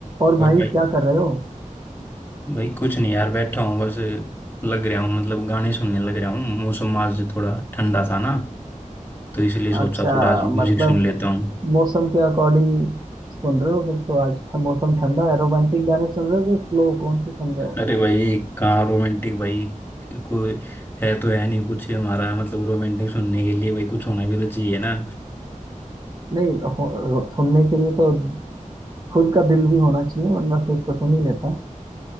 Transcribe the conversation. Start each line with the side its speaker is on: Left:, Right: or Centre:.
Right: और
Left: और
Right: भाई
Left: भाई
Right: क्या कर रहे हो
Left: भाई कुछ नहीं यार बैठा हूँ बस लग रहा हूँ मतलब गाने सुनने लग रहा हूँ मौसम आज थोड़ा ठंडा था ना तो इसलिए सोचा
Right: अच्छा
Left: थोड़ा आज म्यूजिक
Right: मतलब
Left: सुन लेता हूँ
Right: मौसम के अकॉर्डिंग सुन रहे हो फिर तो आज ठ- मौसम ठंडा है रोमांटिक गाने सुन रहे हो कि स्लो कौन से सुन रहे हो
Left: अरे भाई कहाँ रोमांटिक भाई कोई है तो है नहीं कुछ हमारा मतलब रोमांटिक सुनने के लिए भाई कुछ होना भी तो चाहिए ना
Right: नहीं हो, हो- सुनने के लिए तो खुद का दिल भी होना चाहिए वरना फिर तो सुन ही लेता